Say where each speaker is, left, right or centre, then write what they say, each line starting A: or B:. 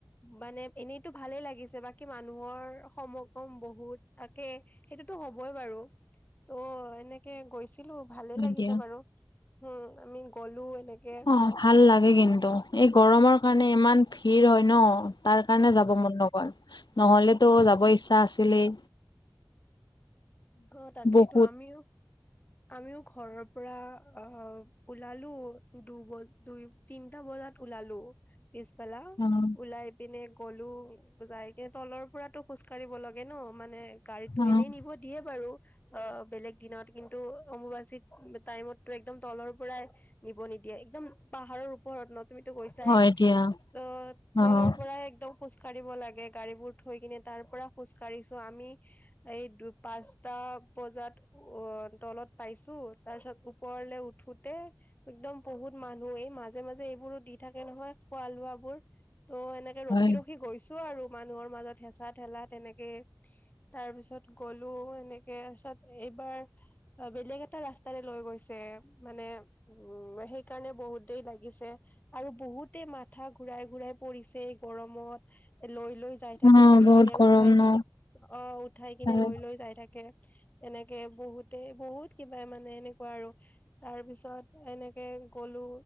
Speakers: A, on the left; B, on the left.
A: মানে এনেইতো ভালে লাগিছে। বাকি মানুহৰ সমগম বহুত থাকে, সেইটোতো হবই বাৰু তহ, এনেকে গৈছে। ছিলো ভালে
B: হয়
A: লাগিছে
B: দিয়া
A: বাৰু হোম আমি গলো এনেকে
B: অ', ভাল লাগে কিন্তু এই গৰমৰ কাৰণে ইমান ভিৰ হয় ন তাৰ কাৰণে
A: অ
B: যাব মন নগল নহলেতো যাব ইচ্ছা আছিলেই
A: অ তাকেইতো
B: বহুত
A: আমিও আমিও ঘৰৰ পৰা অ ওলালো দুবজ দুই তিনটা বজাত ওলালো পিছবেলা
B: অ',
A: ওলাই পিনে গলো যাই কিনে তলৰ পৰাটো খোজ কাঢ়িব লাগে ন মানে গাড়ীতো
B: অ',
A: এনেই নিব দিয়ে বাৰু অ বেলেগ দিনত কিন্তু অম্বুবাচী টাইমত টো একদম তলৰ পৰাই নিব নিদিয়ে, একদম পাহাৰৰ ওপৰত ন। তুমিতো গৈছায়ে,
B: হয় দিয়া
A: ত'
B: অ',
A: তলৰ পৰাই একদম খোজ কাঢ়িব লাগে গাড়ীবোৰ থৈ কিনে তাৰ পৰা খোজ কঢ়িছো আমি এই দু পাঁচটা বজাত অ' তলত পাইছো তাৰপিছত ওপৰলে উঠোতে একদম বহুত মানুহ এই মাজে মাজে এইবোৰো দি থাকে নহয় খোৱা লোৱাবোৰ। ত' এনেকে ৰখি
B: হয়
A: ৰখি গৈছো আৰু। মানুহৰ মাজত হেঁচা ঠেঁলা তেনেকেইষ তাৰপিছত গ'লো এনেকে তাৰপিছত এইবাৰ বেলেগ এটা ৰাস্তাৰে লৈ গৈছে। মানে উম, সেইকাৰণে বহুত দেৰি লাগিছে আৰু বহুতে মাথা ঘুৰাই ঘুৰাই পৰিছে। এই গৰমত লৈ লৈ যায় থাকে
B: অ',
A: কাষেৰে
B: বহুত গৰম
A: উঠাই
B: ন
A: অ' উঠাই কিনে
B: হয়।
A: লৈ লৈ যায় থাক কে তেনেকে বহুতে বহুত কিবা মানে এনেকুৱা আৰু তাৰ পিছত এনে কে গ'লো